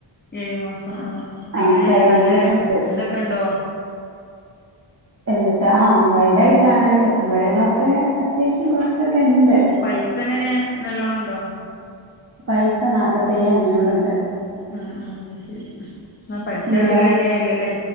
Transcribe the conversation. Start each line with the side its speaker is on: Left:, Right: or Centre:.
Left: ഏഴു മാസം ആഹ് ആ.
Right: ആഹ്
Left: എങ്ങനെ
Right: കഴിയാനായിട്ടുണ്ട്.
Left: നല്ല ഇതൊക്കെണ്ടോ?
Right: എന്നിട്ട് ആ വൈഡായി ണ്. ടെഫും കാര്യങ്ങളൊക്കെ, അത്യാവശ്യം കൊറച്ചൊക്കെണ്ട്.
Left: പൈസ ങ്ങെനെ? നല്ലോണംണ്ടോ?
Right: പൈസ നാപ്പത്തേയെ അഞ്ഞൂറ്ണ്ട്.
Left: ഉം ഉം. അയ്ശെരി. ന്നാ പഠിച്ച
Right: നിങ്ങളോ
Left: ഒരു കാര്യയല്ലോല്ലെ?